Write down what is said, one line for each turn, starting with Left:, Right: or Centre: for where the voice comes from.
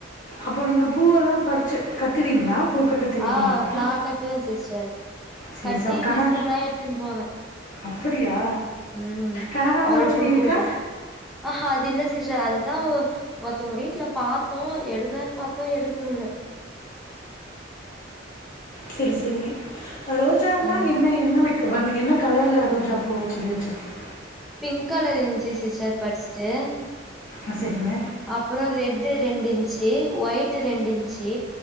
Left: அப்போ நீங்க பூவெல்லாம் பறிச்சி கட்டுவீங்களா பூ கட்ட தெரியுமா
Centre: ஆஹ்
Left: உங்களுக்கு?
Centre: நா கட்டுவேன் சிஸ்டர்
Left: சரி,
Centre: கட்டி
Left: ச அப்ப கனக
Centre: மிஸுக்குல்லாம் எடுத்துன்னு போவேன்
Left: அப்படியா
Centre: உம்
Left: கனகாமரம்
Centre: அவ்வளோ
Left: செடி
Centre: பூ
Left: இருக்கா?
Centre: பூக்கும் ஆஹஹா அது இல்ல சிஸ்ட் அதுதான் ஒ ஒருத்தவங்க வீட்டுல பார்த்தோம் எடுக்கலான்னு பார்த்தோம் எடுக்க முல்ல
Left: சேரி சேரி இப்ப ரோஜானா
Centre: ஆ
Left: என்ன என்ன வை கு வண்ணு என்ன கலர்ல ரோஜா பூ செடி வச்சிருக்கேன்
Centre: பிங்க் கலர் இருச்சு சிஸ்டர் ஃபர்ஸ்டு
Left: ஆ சரிங்க
Centre: அப்புறம் ரெட் ரெண்டு இன்ச்சு ஒயிட் ரெண்டு இன்ச்சு